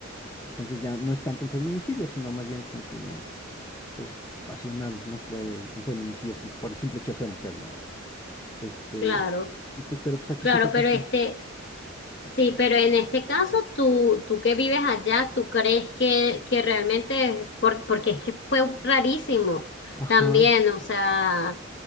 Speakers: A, on the left (about 15°); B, on the left (about 60°).
A: Entonces ya no es tanto un feminicidio, sino más bien fue un crimen pues, pasional, no fue un feminicidio s- por el simple hecho de ser mujer, ¿no? Este,
B: claro,
A: entonces, pero pues aquí
B: claro,
A: se trata
B: pero
A: así.
B: este, sí, pero en este caso, tú, tú que vives allá, ¿tú crees que, que realmente, por, porque es que fue rarísimo
A: Ajá,
B: también, o sea,